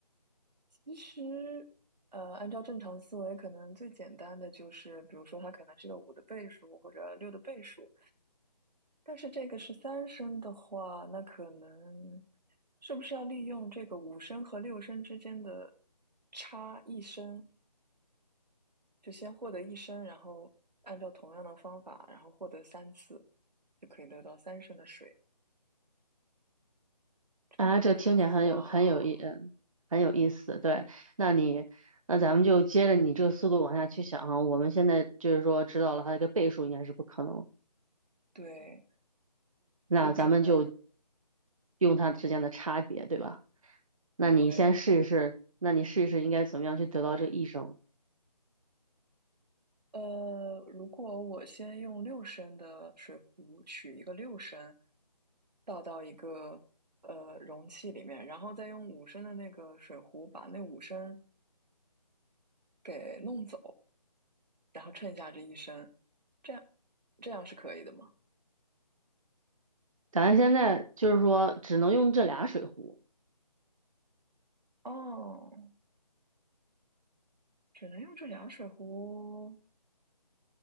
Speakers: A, on the right; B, on the right.
A: 其实，呃，按照正常思维，可能最简单的就是，比如说它可能是个五的倍数或者六的倍数。但是这个是三升的话，那可能是不是要利用这个五升和六升之间的差一升，就先获得一升，然后按照同样的方法，然后获得三次，就可以得到三升的水。这样的话，
B: 啊？这听起来很有很有意，嗯，很有意思。对，那你那咱们就接着你这个速度往下去想啊。我们现在就是说知道了它这个倍数应该是不可能，
A: 对，
B: 那咱们就
A: 就只能
B: 用它之间的差别，对吧？那你先试一试，
A: 对，
B: 那你试一试应该怎么样去得到这个益生？
A: 呃，如果我先用六升的水壶取一个六升，倒到一个呃容器里面，然后再用五升的那个水壶把那五升给弄走，然后剩下这一升，这样这样是可以的吗？
B: 咱现在就是说只能用这俩水壶，
A: 哦，只能用这俩水壶，